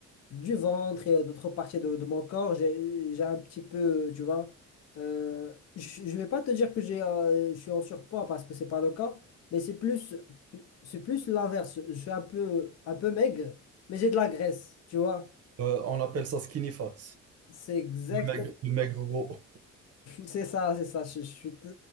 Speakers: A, on the left (about 55°); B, on the right (about 55°).
A: du ventre et euh, d'autres parties de, de mon corps, j'ai, j'ai un petit peu, euh, tu vois. euh, je ne vais pas te dire que j'ai, euh, je suis en surpoids parce que c'est pas le cas, mais c'est plus, c'est plus l'inverse. Je suis un peu, un peu maigre, mais j'ai de la graisse, tu vois.
B: Euh, on appelle ça skinny fat.
A: C'est exact.
B: Maigre, le maigre gros
A: C'est ça, c'est ça. Je, je suis... t-